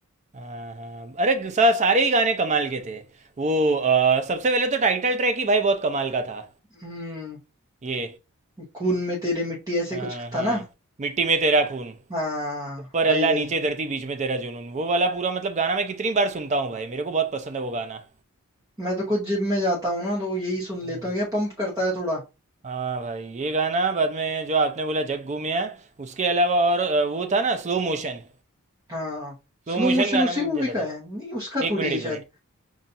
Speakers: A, on the right; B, on the right.
A: हाँ हाँ अरे सा, सारे ही गाने कमाल के थे वो अ, सबसे पहले तो टाइटल ट्रैक ही भाई बहुत कमाल का था
B: हम्म
A: ये
B: खून में तेरे मिट्टी ऐसे
A: हाँ
B: कुछ
A: हाँ
B: था ना
A: मिट्टी में तेरा खून
B: हाँ
A: ऊपर अल्लाह
B: वही वही
A: नीचे धरती बीच में तेरा जुनून वो वाला पूरा मतलब गाना मैं कितनी बार सुनता हूँ भाई मेरे को बहुत पसंद है वो गाना
B: मैं तो खुद जिम में जाता हूँ ना तो यही सुन
A: हम्म,
B: लेता हूँ ये पंप करता है थोड़ा
A: हाँ भाई ये गाना बाद में जो आपने बोला जग घूमिया उसके अलावा और अ, वो था ना स्लो मोशन
B: हाँ
A: स्लो
B: स्लो
A: मोशन
B: मोशन
A: गाना
B: उसी
A: में
B: मूवी
A: भी चला
B: का
A: था
B: है नहीं उसका
A: एक
B: थोड़ी
A: मिनट
B: है शायद
A: एक मिनट